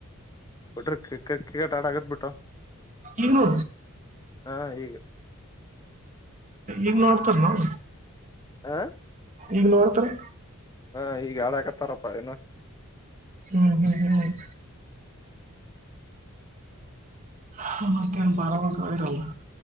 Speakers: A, on the left (about 15°); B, on the right (about 35°).
A: ಬಿಟ್ರ ಕಿಕಟ್ ಕ್ರಿಕೆಟ್ ಆಡ ಆಗದತ್ ಬಿಟ್ಟು
B: ಇನುೂ
A: ಹಾ ಈಗ
B: ಈಗ್ ಮಾಡೋಡ್ತಾರ ನ
A: ಹಾ
B: ಈಗ ನೋಡ್ತ್ರರಿ
A: ಹ ಈಗ ಹಾಳಾಕತ್ತಾರಪ್ಪ ಏನ
B: ಹ್ಮ್ ಹ್ಮ್ ಹ್ಮ್ ಹ್ಮ ಮತ್ತೇನ್ ಬಾರ ಒಳಗರಲ್ಲ